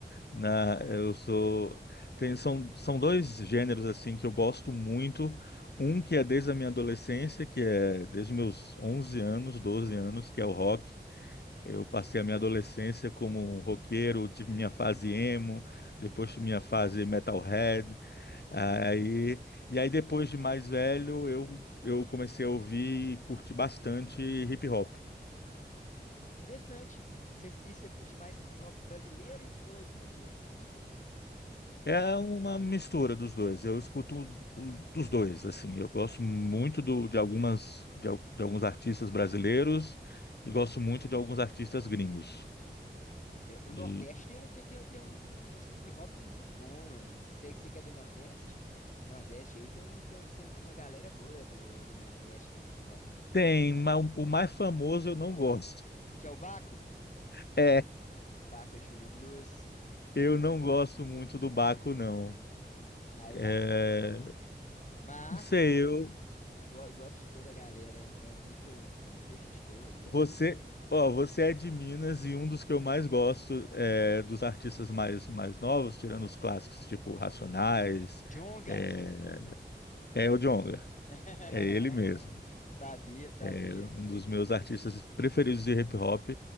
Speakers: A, on the left; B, on the left.
A: Na, eu sou. Tem, são, são dois gêneros assim que eu gosto muito. Um que é desde a minha adolescência, que é desde os meus 11 anos, 12 anos, que é o rock. Eu passei a minha adolescência como um roqueiro, tive minha fase emo, depois tive minha fase metalhead. Aí, e aí depois de mais velho, eu, eu comecei a ouvir e curtir bastante hip hop.
B: Interessante. Você, e você curte mais hip hop brasileiro ou estrangeiro?
A: É uma mistura dos dois. Eu escuto o- dos dois, assim. Eu gosto muito do- de algumas de, al- de alguns artistas brasileiros e gosto muito de alguns artistas gringos.
B: É, O
A: De-
B: Nordeste tem, um, tem, tem, tem uns hip hop muito bom, é. Você você que é do Nordeste? O Nordeste aí tem, um, tem, um- tem uma galera boa do, do Nordeste, do hip hop brasileiro,
A: Tem,
B: né?
A: mas o o mais famoso eu não gosto.
B: Que é o Baco?
A: <laughs> É,
B: Baco Exu do Blues.
A: eu não gosto muito do Baco, não.
B: Ah, eu
A: É,
B: acho bom, eu gosto também. Mas
A: não sei,
B: eu
A: eu,
B: go- gosto de toda a galera, é, é, muito, é muita gente boa aí.
A: você, ó, você é de Minas e um dos que eu mais gosto é, dos artistas mais, mais novos, tirando os clássicos, tipo Racionais,
B: Jonga.
A: é, É o Djonga,
B: <laughs>
A: é ele mesmo.
B: Sabia, sabia,
A: É um
B: com certeza
A: dos meus
B: seria.
A: artistas preferidos de hip hop,